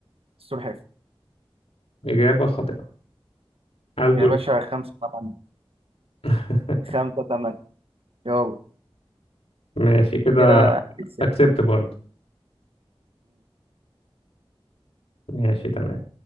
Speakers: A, on the right (about 70°); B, on the left (about 85°).
A: السلحفاة
B: اجابة خاطئة الدولفين
A: يا باشا خمسة طبعا
B: <laughs>
A: خمسة تمانية يلا
B: ماشي كده
A: كده هتكسب
B: اكسبت برضه ماشي تمام